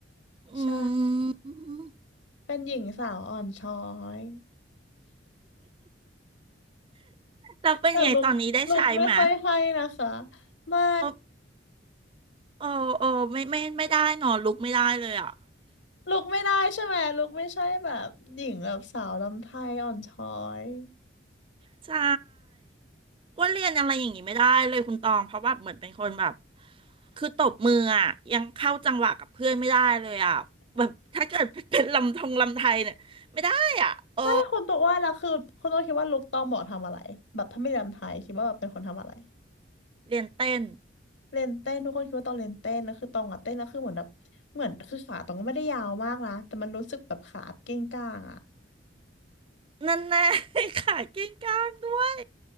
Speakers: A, on the right; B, on the left.
A: อื
B: ใช่
A: ม
B: เป็นหญิงสาวอ่อนช้อย
A: แล้วเป็นยังไงตอนนี้ได้ใช้ไหม
B: แต่ลุกลุกไม่ค่อยให้นะคะไม่
A: โอ้โอ้โอ้ไม่ไม่ไม่ได้หนอลุกไม่ได้เลยอ่ะ
B: ลุกไม่ได้ใช่ไหมลุกไม่ใช่แบบหญิงแบบสาวลำไทยอ่อนช้อย
A: ใช่อ้ว่าเรียนอะไรอย่างงี้ไม่ได้เลยคุณตองเพราะแบบเหมือนเป็นคนแบบคือตบมืออ่ะยังเข้าจังหวะกับเพื่อนไม่ได้เลยอ่ะแบบถ้าเกิดเป็นลำทงลำไทยเนี่ยไม่ได้อ่ะโอ้
B: ไม่คนตัวอ้วนแล้วคือคนตัวคิดว่าลุคตองเหมาะทำอะไรแบบถ้าไม่เรียนไทยคิดว่าแบบเป็นคนทำอะไร
A: เรียนเต้น
B: เล่นเต้นทุกคนคิดว่าตองเล่นเต้นแล้วคือตองอะเต้นแล้วคือเหมือนแบบเหมือนคือขาตองก็ไม่ได้ยาวมากนะแต่มันรู้สึกแบบขาเก้งก้างอะ
A: นั่นแน่ <laughs> ขาเก้งก้างด้วย